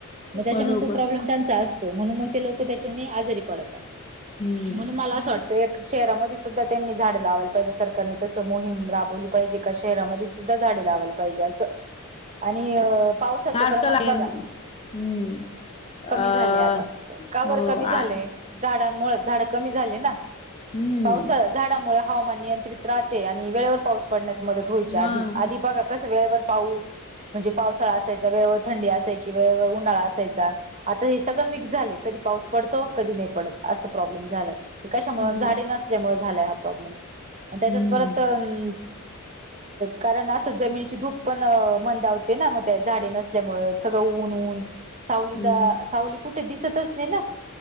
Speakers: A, on the right; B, on the left.
A: म त्याच्यामुळे
B: बरोबर
A: तो प्रॉब्लेम त्यांचा अस म्हणून म ते लोक त्याच्यानी आजारी पडतात,
B: हम्म
A: म्हणून मला असं वाट तर एक शहरामध्ये सुद्धा त्यांनी झाडं लावायला पाहिजे सरकारने तसं मोहीम राबवली पाहिजे का शहरामध्ये झाडे लावाला पाहिजे असं आणि पावसाचं
B: आजकाल
A: प्रमाण
B: आहे.
A: बघा
B: हम्म
A: कमी
B: अ
A: झालय आता, का बर
B: हो
A: कमी झालय?
B: आ
A: झाडां होय, झाडं कमी ना
B: हम्म
A: पावसा झाडमुळ हवामान नियंत्रित राहते आणि वेळेवर पाऊस पडण्यास मदत होयच्या
B: मग
A: आधी आधी बगा वेळेवर पाऊस म्हणजे पावसाळा असायचा वेळेवर थंडी असायची, वेळेवर उन्हाळा असयचा, आता हे सगळ मिक्स झालंय. कधी पाऊस पडतो कधी नाही पडत असं प्रॉब्लेम झालाय. ते कशामुळे
B: मग
A: झाडे नसल्यामुळे झालाय हा प्रॉब्लेम त्याच्यात
B: हम्म
A: परत अं कारण अस जमीन धूप पण मंदावते ना मग त्या झाडे नसल्यामुळे सगळं ऊन ऊन सावलीचा
B: हम्म
A: सावली कुठे दिसतच नाही ना